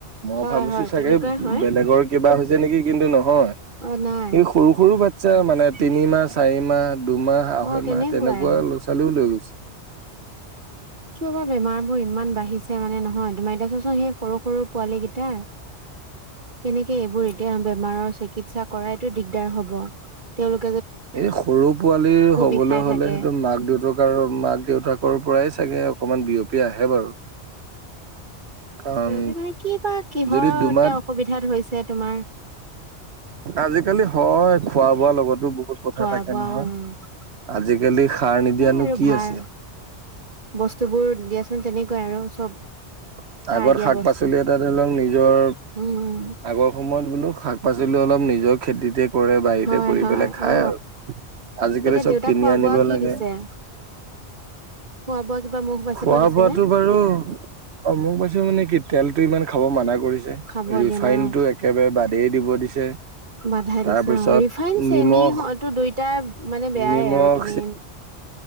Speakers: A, on the right; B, on the right.
A: মই
B: হয়
A: ভাবিছো
B: হয়
A: চাগে
B: তেনেকুৱাই হয়
A: বেলেগৰ কিবা হৈছে নেকি কিন্তু নহয় সি
B: অ নাই
A: সৰু সৰু বাচ্ছা মানে তিনিমাহ চাৰি মাহ দুমাহ আঢ়ৈ
B: অ তেনেকুৱাই
A: মাহ তেনেকুৱা ল'ৰা ছোৱালীয়ো লৈ গৈছে। <inaudible>
B: কিয় বা বেমাৰবোৰ ইমান বাঢ়িছে মানে নহয় তোমাৰ এতিয়া ছোৱাছোন সেই সৰু সৰু পোৱালী কিতা কেনেকে এইবোৰ এতিয়া বেমাৰৰ চিকিৎসা কৰাইতো দিগদাৰ হব তেওঁলোক
A: এই সৰু পোৱালি হবলৈ
B: বিষাই
A: হ'লে
B: থাকে
A: সেইটো মাক দেউতাক মাক দেউতাকৰ পৰাই চাগে অকণমান বিয়পি আহে বাৰু। কাৰণ
B: বিয়পি মানে কিবা কিহৰ
A: যদি দুমাহ
B: এতিয়া অসুবিধাত হৈছে তোমাৰ।
A: আজিকালি হয় খোৱা বোৱা লগতো বহুত। কথা
B: খোৱা-বোৱা
A: থাকে নহয়
B: অ',
A: আজিকালি সাৰ নিদিয়ানো
B: সেইয়াই আৰু
A: কি
B: ভাল
A: আছে
B: বস্তুবোৰ দিয়াচোন তেনেকুৱাই আৰু চব। সাৰ
A: আগত
B: দিয়া
A: শাক
B: বস্তু
A: পাচলি এটা ধৰি লওঁক নিজৰ
B: উম
A: আগৰ সময়ত বোলো শাক পাচলি অলপ নিজৰ খেতিতে কৰে বাৰীতে
B: হয়
A: কৰি
B: হয়
A: পেলাই খায়
B: অ
A: আৰু। আজিকালি
B: এতিয়া
A: চব
B: দেউতাক
A: কিনি
B: খোৱা
A: আনিব
B: বোৱা কি
A: লাগে।
B: দিছে খোৱা বোৱা কিবা মুখ বাচিব
A: খোৱা
B: দিছে
A: বোৱাটো
B: নে?
A: বাৰু অ' মোক পাইছে মানে কি তেলটো ইমান খাব মানা কৰিছে
B: খাব
A: ৰিফাইন
B: দিয়া নাই অ
A: টো একেবাৰে বাদ। বাদেই দিব দিছে।
B: বাধা
A: তাৰপিছত
B: দিছে অ', ৰিফাইন চেনি
A: নিমখ
B: হয়তো দুইটা। মানে বেয়াই
A: নিমখ
B: আৰু তুমি।